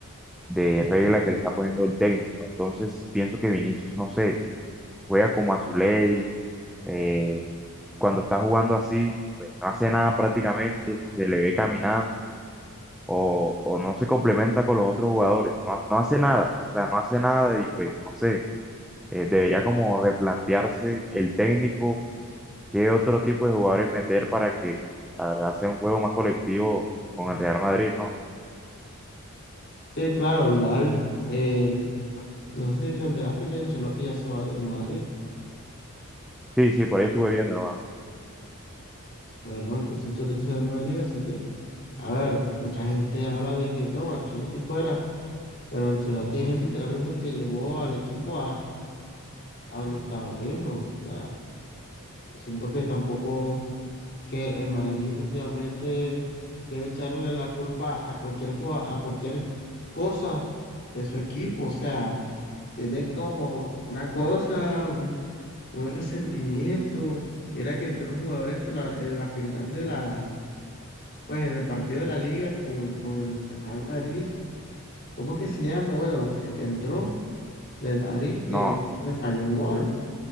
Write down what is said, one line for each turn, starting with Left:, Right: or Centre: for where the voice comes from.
Centre: de regla que le está poniendo el técnico. Entonces, pienso que Vinicius, no sé, juega como a su ley, eh, cuando está jugando así, pues no hace nada prácticamente, se le ve caminando o, o no se complementa con los otros jugadores, no, no hace nada, o sea, no hace nada y pues no sé, eh, debería como replantearse el técnico qué otro tipo de jugadores meter para que la verdad sea un juego más colectivo con el Real Madrid, ¿no?
Left: Sí, claro, igual. eh, No sé si te enteraste que Ancelotti ya se va del Madrid.
Centre: Sí, sí, por ahí estuve viendo, hermano.
Left: Bueno, entonces Ancelotti se va del Madrid, así que, a ver, mucha gente habla de que no, Ancelotti fuera, pero Ancelotti es el- literalmente el que llevó al equipo a, a donde está ahora mismo. O sea, siento que tampoco. que el Madrid últimamente quiere echarle la culpa a cualquier jugada, a cualquier cosa de su equipo. O sea, tienen como una cosa, un, un resentimiento. Mira que entró el jugador este en la, en la final de la, pues en el partido de la liga con, con el Real Madrid. ¿Cómo que se llama? Bueno, el que entró del Madrid
Centre: No,
Left: que pues, falló un gol.